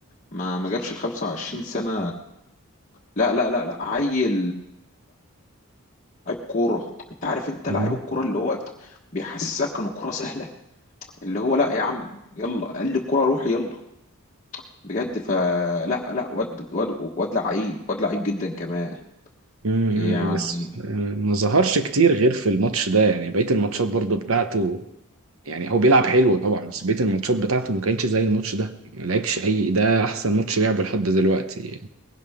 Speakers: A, on the left; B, on the right.
A: ما ما جابش ال 25 سنه لا لا لا لا عيل لعيب كوره انت عارف انت
B: مم.
A: لعيب الكوره اللي هو بيحسسك ان الكوره سهله اللي هو لا يا عم يلا قال لي الكوره روح يلا بجد فلا لا لا، واد واد واد لعيب واد لعيب جدا كمان
B: مم.
A: يعني
B: بس آه، ما ظهرش كتير غير في الماتش ده يعني بقية الماتشات برضو بتاعته يعني هو بيلعب حلو طبعا بس بقية الماتشات بتاعته ما كانتش زي الماتش ده ما لعبش أي ده أحسن ماتش لعبه لحد دلوقتي